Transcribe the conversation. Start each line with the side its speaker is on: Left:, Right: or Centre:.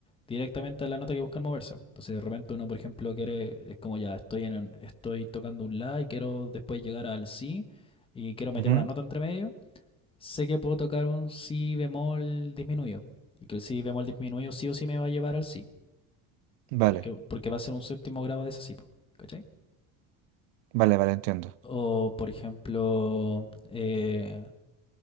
Left: directamente a la nota que buscan moverse. Entonces de repente uno, por ejemplo, quiere, es como ya estoy en un- estoy tocando un la y quiero después llegar al si y quiero meter
Right: Ujú.
Left: una nota entre medio. Sé que puedo tocar un si bemol disminuido y que el si bemol disminuido sí o sí me va a llevar al si,
Right: Vale,
Left: porque porque va a ser un séptimo grado de ese si, po, ¿cachai?
Right: vale, vale, entiendo.
Left: O, por ejemplo, eh,